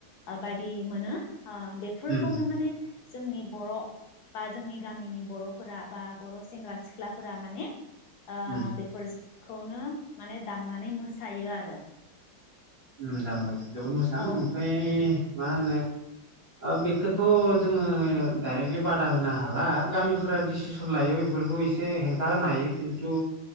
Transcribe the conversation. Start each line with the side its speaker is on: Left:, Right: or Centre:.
Left: ओ बायदि मोनो। आ बेफोरखौनो
Right: उम
Left: माने जोंनि बर' बा जोंनि गामिनि बर'फोरा बा बर' सेंग्रा सिख्लाफोरा माने ओ
Right: उम
Left: बेफोर खौनो माने दामनानै मोसायो आरो।
Right: मोजां मोजां। जोबोद मोजां
Left: औ
Right: ओमफ्राय मा होनो ओ बेखौथ' जोङो डायरेक्टलि बादा होनो हाला गामिफोरा डिसिसन लायो बेफोरखौ एसे हेंथा होनो हायो खिन्थु